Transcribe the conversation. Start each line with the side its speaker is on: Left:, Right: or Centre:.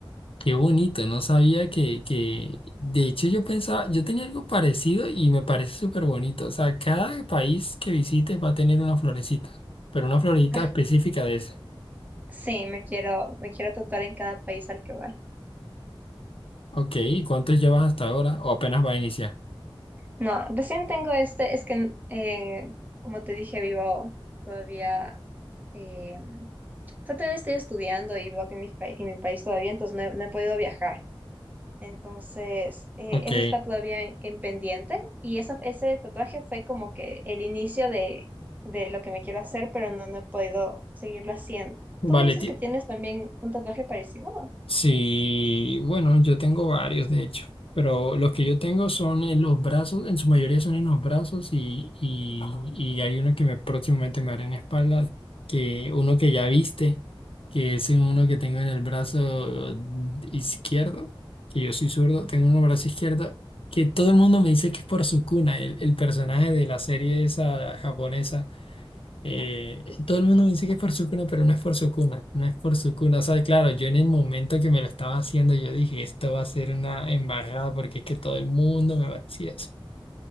Left: Qué bonito, no sabía que, que, de hecho yo pensaba, yo tenía algo parecido y me parece súper bonito. O sea, cada país que visites va a tener una florecita, pero una florecita
Right: Ajá.
Left: específica de ese.
Right: Sí, me quiero, me quiero tatuar en cada país al que voy.
Left: Ok, ¿y cuántos llevas hasta ahora? ¿O apenas va a iniciar?
Right: No, recién tengo este, es que eh, como te dije, vivo todavía, eh, o sea, todavía estoy estudiando y vivo aquí en mi, pa- en mi país todavía, entonces no he, no he podido viajar. Entonces, eh,
Left: Ok,
Right: eso está todavía en, en pendiente y eso, ese tatuaje fue como que el inicio de, de lo que me quiero hacer, pero no, no he podido seguirlo haciendo.
Left: vale,
Right: Tú me dices
Left: ti-
Right: que tienes también un tatuaje parecido.
Left: Sí, bueno, yo tengo varios de hecho, pero los que yo tengo son en los brazos, en su mayoría son en los brazos y, y, y hay uno que me, próximamente me haré en la espalda, que uno que ya viste, que es uno que tengo en el brazo izquierdo, que yo soy zurdo, tengo un brazo izquierdo, que todo el mundo me dice que es por Sukuna, el, el personaje de la serie esa japonesa eh, todo el mundo me dice que es por su cuna, pero no es por su cuna, no es por su cuna. O sea, claro, yo en el momento que me lo estaba haciendo, yo dije, esto va a ser una embarrada porque es que todo el mundo me va a decir eso.